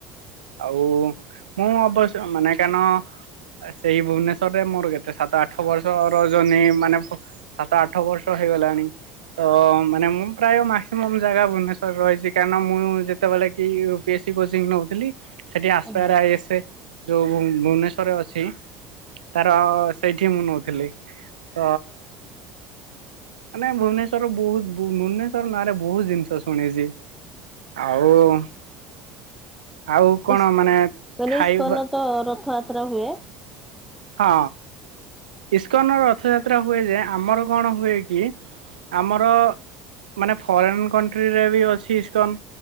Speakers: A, on the right (about 85°); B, in the centre.
A: ଆଉ ମୁଁ ଅବଶ ମାନେ କଣ ସେଇ ଭୁବନେଶ୍ଵରରେ ମୋର କେତେ ସାତ ଆଠ ବର୍ଷର ଜର୍ନି ମାନେ ସାତ ଆଠ ବର୍ଷ ହେଇଗଲାଣି ତ ମାନେ ମୁଁ ପ୍ରାୟ ମାକ୍ସିମମ୍ ଜାଗା ଭୁବନେଶ୍ୱର ରହିଚି କାରଣ ମୁଁ ଯେତେବେଳେ କି ୟୁ ପି ଏସି କୋଚିଂ ନେଉଥିଲି ସେଇଠି ଆସପେୟାର
B: ହଁ
A: ଆଇଏସ୍ ଯୋଉ ଭୁବନେଶ୍ୱରରେ ଅଛି ତାର ସେଇଠି ମୁଁ ନେଉଥିଲି ତ ମାନେ ଭୁବନେଶ୍ୱର ବୋହୁତ ଭୁବନେଶ ର ନାଁ ରେ ବୋହୁତ ଜିନିଷ ଶୁଣିଚି ଆଉ। ଆଉ କଣ
B: ଇସ୍
A: ମାନେ
B: ମାନେ
A: ଖାଇବା
B: ଇସ୍କନତ ରଥଯା ତ୍ରା ହୁଏ।
A: ହଁ ଇସ୍କନର ରଥଯାତ୍ରା ହୁଏଯେ ଆମର କଣ ହୁଏ କି ଆମର ମାନେ ଫରେନ୍ କଣ୍ଟ୍ରିରେ ବି ଅଛି ଇସ୍କନ୍